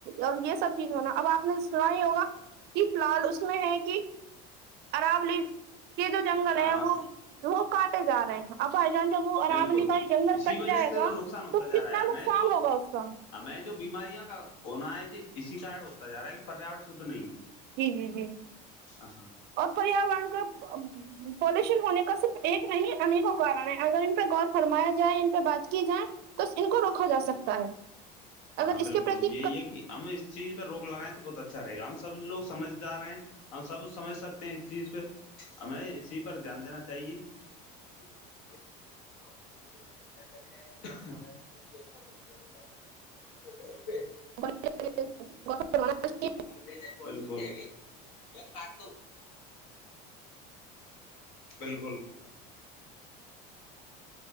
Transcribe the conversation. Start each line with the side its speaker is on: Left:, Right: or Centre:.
Right: اور یہ سب چیز ہونا اب آپ نے سنا ہی ہوگا ج فی الحال اس میں ہے کہ اراولی یہ جو جنگل
Left: ہاں
Right: ہیں وہ وہ کاٹے جا رہے ہیں اب بھائی جان ج اراولی
Left: بالکل
Right: کا جنگل
Left: اسی
Right: کٹ
Left: وجہ
Right: جائے
Left: سے
Right: گا
Left: تو نقصان ہوتا
Right: تو
Left: جا
Right: کتنا
Left: رہا ہے ہمیں
Right: نقصان
Left: جو
Right: ہوگا اس کا
Left: ہمیں جو بیماریاں کا ہونا ہے ج اسی کار ہوتا جا رہا ہے کہ پریاور شدھ نہیں ہے
Right: جی جی جی
Left: ا ہاں
Right: اور پریاوارن کا پالوشن ہونے کا صرف ایک نہیں انیکوں کارن ہے اگر ان پہ غور فرمایا جائے ان پہ بات کی جائے تو ان کو روکا جا سکتا ہے
Left: ہاں
Right: اگر
Left: ہاں
Right: اس
Left: بالکل
Right: کے پرتی
Left: یہی ہے کہ ہم اس چیز پہ روک لگائیں تو بہت اچھا رہے گا ہم سب لوگ سمجھدار ہیں ہم سب سمجھ سکتے ہیں اس چیز پہ ہمیں اسی پر دھیان دینا چاہیے <inaudible> پاپوے پڈ ڈری آ ب <inaudible>
Right: <inaudible>
Left: اب دے د ے ب گ مم کاس دو بالکل